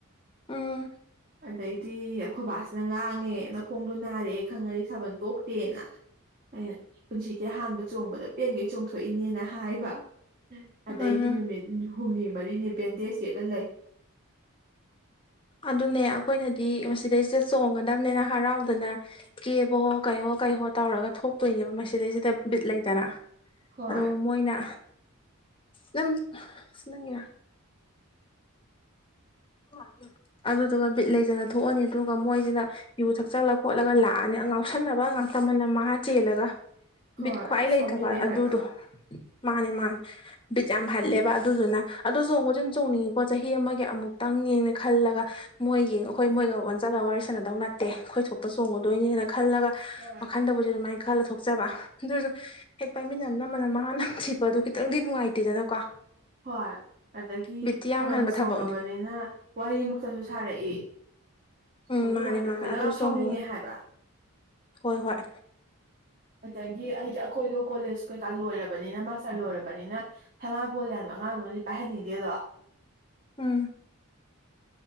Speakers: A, on the left; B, on the right.
A: ꯎꯝ
B: ꯑꯗꯩꯗꯤ ꯑꯩꯈꯣꯏ ꯕꯥꯁꯤꯅ ꯉꯥꯡꯉꯦ ꯈꯣꯡꯗꯣ ꯅꯥꯔꯛ ꯈꯪꯉꯗꯤ ꯁꯥꯕꯜ ꯇꯣꯛꯇꯦꯅ ꯑꯩꯅ ꯄꯨꯟꯁꯤꯒꯤ ꯍꯍꯥꯟꯕ ꯆꯣꯡꯕꯗ ꯄꯦꯟꯒꯩ ꯆꯣꯡ ꯊꯣꯛꯣꯛꯏꯅꯦꯅ ꯍꯥꯏꯕ ꯑꯗꯩꯗꯤ
A: ꯎꯝ
B: ꯅꯨꯃꯤꯠ ꯍꯨꯝꯅꯤ ꯃꯔꯤꯅꯤ ꯕꯦꯟꯗꯦꯖ ꯀꯦꯠꯂ ꯂꯩ
A: ꯑꯗꯨꯅꯦ ꯑꯩꯈꯣꯏꯅꯗꯤ ꯃꯁꯤꯗꯩꯁꯤꯗ ꯆꯣꯡꯒꯗꯕꯅꯤꯅ ꯍꯔꯥꯎꯗꯅ ꯀꯦꯕꯍꯣ ꯀꯩꯍꯣ ꯀꯩꯍꯣ ꯇꯧꯔꯒ ꯊꯣꯛꯇꯣꯏꯅꯦꯕ ꯃꯁꯤꯗꯩꯁꯤꯗ ꯕꯤꯠ ꯂꯩꯗꯅ
B: ꯍꯣꯏ
A: ꯑ ꯃꯣꯏꯅ ꯅꯪ ꯁꯤ ꯅꯪꯒꯤꯔꯥ ꯎ ꯑꯗꯨꯗꯨꯒ ꯕꯤꯠ ꯂꯩꯇꯅ ꯊꯣꯛꯑꯅꯤ ꯑꯗꯨꯒ ꯃꯣꯏꯁꯤꯅ ꯌꯨ ꯊꯛꯆꯜꯂ ꯈꯣꯠꯂꯒ ꯂꯥꯛꯑꯅꯤ ꯉꯥꯎꯁꯟꯅꯕ ꯉꯥꯛꯇꯃꯟꯅ ꯃꯍꯥ ꯆꯦꯜꯂꯒ
B: ꯍꯣꯏ
A: ꯕꯤꯠ ꯈ꯭ꯋꯥꯏ ꯂꯩꯇꯕ
B: ꯁꯥꯎꯅꯤꯡꯉꯦ
A: ꯑꯗꯨꯗꯣ
B: ꯍꯥꯏꯕ
A: ꯃꯥꯅꯦ ꯃꯥꯅꯤ ꯕꯤꯠ ꯌꯥꯝ ꯍꯜꯂꯦꯕ ꯑꯗꯨꯗꯨꯅ ꯑꯗꯣ ꯆꯣꯡꯕꯁꯨ ꯑꯗꯨ ꯆꯣꯡꯅꯤꯡꯉꯤꯀꯣ ꯆꯍꯤ ꯑꯃꯒꯤ ꯀꯦ ꯑꯃꯨꯛꯇꯪꯅꯦꯡꯅ ꯈꯜꯂꯒ ꯃꯣꯏꯒꯤ ꯑꯩꯈꯣꯏ ꯃꯣꯏꯒ ꯑꯣꯟ ꯆꯠꯂꯒ ꯋꯥꯔꯤ ꯁꯥꯟꯅꯗꯧ ꯅꯠꯇꯦ ꯈꯣꯏꯊꯣꯛꯄ ꯆꯣꯡꯉꯗꯣꯏꯅꯦꯅ ꯈꯜꯂꯒ
B: ꯍꯣꯏ
A: ꯋꯥꯈꯟꯗꯕꯨꯗꯤ ꯑꯗꯨꯃꯥꯏꯅ ꯈꯜꯂ ꯊꯣꯛꯆꯕ ꯑꯗꯨꯁꯨ ꯍꯦꯛ ꯄꯥꯏꯃꯤꯟꯅ ꯅꯝꯕꯅ ꯃꯍꯅ ꯁꯤꯄ ꯑꯗꯨ ꯈꯤꯇꯪꯗꯤ ꯅꯨꯡꯉꯥꯏꯇꯦꯗꯅꯀꯣ
B: ꯍꯣꯏ ꯑꯗꯒꯤ
A: ꯕꯤꯠꯇꯤ ꯌꯥꯝ
B: ꯊꯥꯕꯜ
A: ꯍꯟꯕ
B: ꯆꯣꯡꯉꯕꯅꯤꯅ
A: ꯊꯕꯛꯅꯦ
B: ꯋꯥꯔꯤꯃꯛꯇꯁꯨ ꯁꯥꯔꯛꯏ
A: ꯎꯝ
B: ꯑꯗꯨ
A: ꯃꯥꯅꯦ
B: ꯀꯥꯟꯗ
A: ꯃꯥꯅꯦ
B: ꯈꯣꯏꯗ
A: ꯑꯗꯨꯁꯨ
B: ꯌꯥꯝ ꯁꯥꯎꯅꯤꯡꯉꯦ
A: ꯑꯃꯨꯛ
B: ꯍꯥꯏꯕ
A: ꯍꯣꯏ ꯍꯣꯏ
B: ꯑꯗꯒꯤ ꯑꯩꯗꯤ ꯑꯩꯈꯣꯏꯗꯣ ꯀꯣꯂꯦꯖ ꯀꯩꯀꯥ ꯂꯣꯏꯔꯕꯅꯤꯅ ꯃꯥꯁꯇꯔ ꯂꯣꯏꯔꯕꯅꯤꯅ ꯁꯅꯥꯕꯣ ꯌꯥ ꯑꯉꯥꯡꯗꯨꯅꯗꯤ ꯄꯥꯏꯍꯟꯅꯤꯡꯗꯦꯗꯣ
A: ꯎꯝ